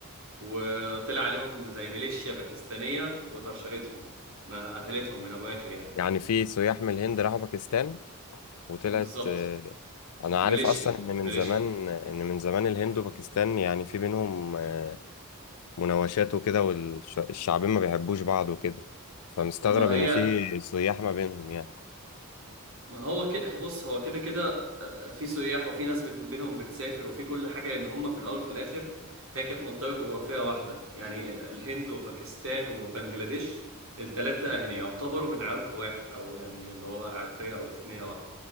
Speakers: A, on the right; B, on the left.
A: وطلع عليهم زي ميليشيا باكستانية وطرشقتهم ما قتلتهم من ابو اخر يعني
B: يعني في سياح من الهند راحوا باكستان وطلعت
A: بالظبط
B: آه، انا
A: ميليشيا
B: عارف اصلا ان من
A: ميليشيا
B: زمان ان من زمان الهند وباكستان يعني في بينهم آه، مناوشات وكده والشعبين ما بيحبوش بعض وكده فمستغرب
A: ما
B: ان
A: هي
B: في سياح ما بينهم يعني
A: ما هو كده بص هو كده كده آه، في سياح وفي ناس بت... بينهم بتسافر وفي كل حاجة لأن هم في الأول وفي الآخر هي كانت منطقة جغرافية واحدة يعني الهند وباكستان وبنجلاديش التلاتة يعني يعتبروا من عرق واحد أو يعني اللي هو عرقية أو إثنية واحدة